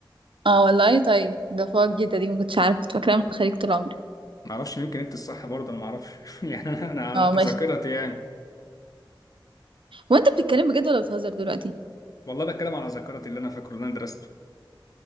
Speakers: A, on the right; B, on the left.
A: اه والله طيب ده فوق جديدة دي ما كنتش عارفة كنت فاكراها من الخليج طول عمري
B: ما اعرفش يمكن انت الصح برضه انا ما اعرفش <laughs> يعني انا
A: اه
B: أنا
A: ماشي
B: ذاكرتي يعني
A: هو انت بتتكلم بجد ولا بتهزر دلوقتي
B: والله بتكلم على ذاكرتي اللي انا فاكره اللي انا درسته